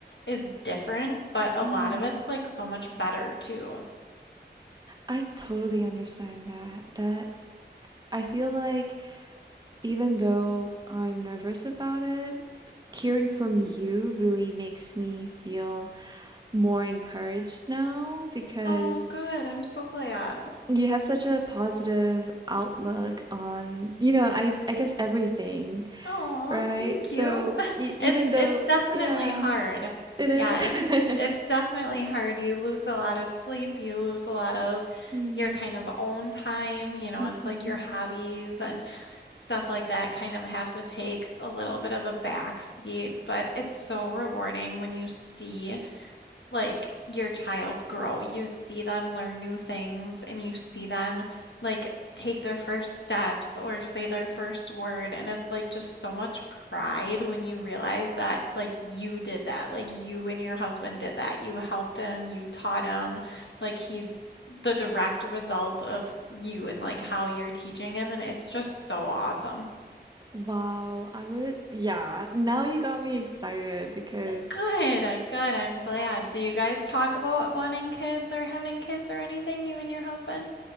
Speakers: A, on the left; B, on the right.
A: is different, but a
B: mm.
A: lot of it's like so much better too.
B: I totally understand that. That I feel like even though I'm nervous about it, hearing from you really makes me feel more encouraged now because
A: Oh, good. I'm so glad.
B: you have such a positive outlook on, you know, I I guess everything,
A: Oh,
B: right?
A: thank
B: So
A: you.
B: e even
A: It's
B: though,
A: it's definitely
B: yeah,
A: hard.
B: it is.
A: Yeah, it's it's
B: <laughs>
A: definitely hard. You lose a lot of sleep, you lose a lot of
B: Mm,
A: your kind of own time, you know,
B: mhm.
A: it's like your hobbies and stuff like that kind of have to take a little bit of a back seat, but it's so rewarding when you see like your child grow. You see them learn new things and you see them like take their first steps or say their first word. And it's like just so much pride when you realize that like you did that, like you and your husband did that. You helped him, you taught him, like he's the direct result of you and like how you're teaching him. And it's just so awesome.
B: Wow, I would, yeah. Now you got me excited because
A: Good, uh, good. I'm glad. Do you guys talk about wanting kids or having kids or anything, you and your husband?